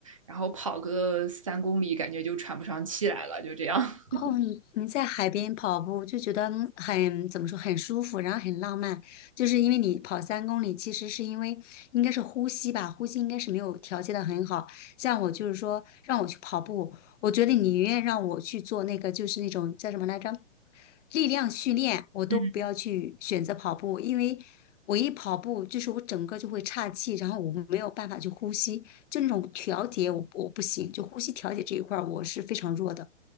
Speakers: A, on the right; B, on the left.
A: 然后跑个三公里，感觉就喘不上气来了，就这样。<laughs>
B: 哦，你你在海边跑步就觉得嗯很，怎么说，很舒服，然后很浪漫，就是因为你跑三公里，其实是因为应该是呼吸吧，呼吸应该是没有调节的很好。像我就是说让我去跑步，我觉得你宁愿让我去做那个就是那种叫什么来着，力量训练，我都不要去选择跑步，
A: 嗯
B: 因为我一跑步就是我整个就会岔气，然后我没有办法去呼吸，就那种调节我我不行，就呼吸调节这一块儿我是非常弱的。